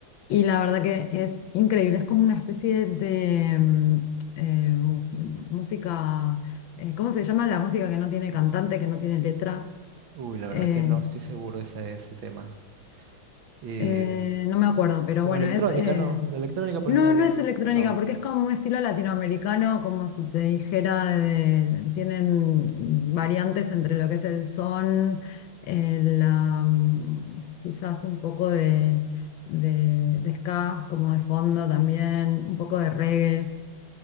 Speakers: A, on the left; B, on the right.
A: Y la verdad que es increíble, es como una especie de mm, eh, mu- música, eh, ¿cómo se llama? La música que no tiene cantante, que no tiene letra.
B: Uy, la verdad
A: eh,
B: que no estoy seguro ese de ese tema. Y
A: Eh, no me acuerdo, pero
B: como
A: bueno,
B: electrónica,
A: es... eh,
B: no. La electrónica por
A: No,
B: lo general
A: no
B: es,
A: es electrónica,
B: no.
A: porque es como un estilo latinoamericano, como si te dijera, de- tienen variantes entre lo que es el son, el, am, quizás un poco de, de, de ska, como de fondo también, un poco de reggae.